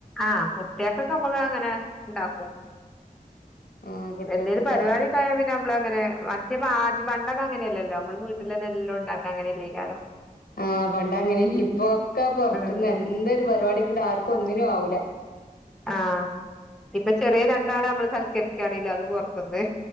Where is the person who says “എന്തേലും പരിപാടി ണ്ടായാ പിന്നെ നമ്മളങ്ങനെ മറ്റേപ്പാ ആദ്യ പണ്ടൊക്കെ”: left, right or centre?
Centre